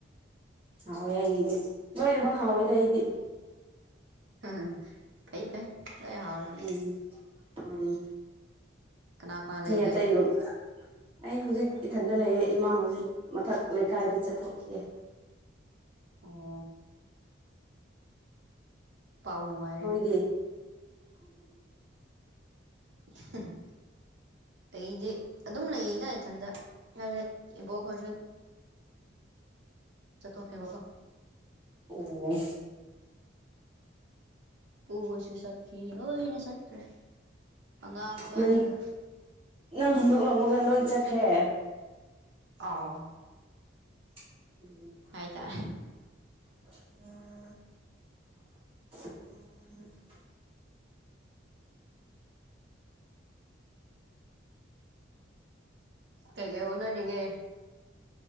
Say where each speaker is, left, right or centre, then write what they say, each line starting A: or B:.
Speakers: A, on the right (about 30°); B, on the right (about 65°).
A: ꯍꯥꯎꯋꯦ ꯑꯩꯒꯤꯗꯤ ꯂꫭꯏꯅꯃꯛ ꯍꯥꯎꯋꯦꯗ ꯑꯩꯗꯤ
B: <unintelligible> ꯐꯩ ꯂꯣꯏ ꯍꯥꯎꯔꯗꯤ
A: ꯎꯝ ꯎꯝ
B: ꯀꯅꯥ ꯀꯅꯥ ꯂꯩꯒꯦ
A: ꯃꯤ ꯑꯇꯩ ꯒꯨꯝꯕ ꯑꯩ ꯍꯧꯖꯤꯛ ꯏꯊꯟꯗ ꯂꯩꯔꯦ ꯏꯃꯥ ꯍꯧꯖꯤꯛ ꯃꯊꯛ ꯂꯩꯀꯥꯏꯗ ꯆꯠꯊꯣꯛꯈꯤꯑꯦ
B: ꯑꯣ ꯄꯥꯎ ꯅꯨꯡꯉꯥꯏ
A: ꯅꯣꯏꯗꯤ
B: <unintelligible> ꯑꯩꯗꯤ ꯑꯗꯨꯝ ꯂꯩꯗꯥ ꯏꯊꯟꯇ ꯍꯥꯏꯕꯗꯤ ꯏꯕꯣꯛꯈꫭꯏꯁꯨ ꯆꯠꯊꯣꯛꯈꯤꯕ ꯀꫭ
A: ꯑꯣ
B: ꯏꯄꯨ ꯍꫭꯏꯁꯨ ꯆꯠꯈꯤ ꯂꯣꯏꯅ ꯆꯠꯈ꯭ꯔꯦ ꯑꯉꯥꯡ ꯑꯃ
A: ꯅꯪ
B: ꯑꯅꯤꯒ
A: ꯅꯪ ꯍꯨꯟꯗꯣꯛ ꯂꯝꯃꯒ ꯂꯣꯏ ꯆꯠꯈ꯭ꯔꯦ
B: ꯑꯥꯎ
A: <inaudible>
B: <unintelligible>
A: <inaudible> <inaudible>
B: ꯀꯩ-ꯀꯩ ꯍꫭꯠꯅꯔꯤꯒꯦ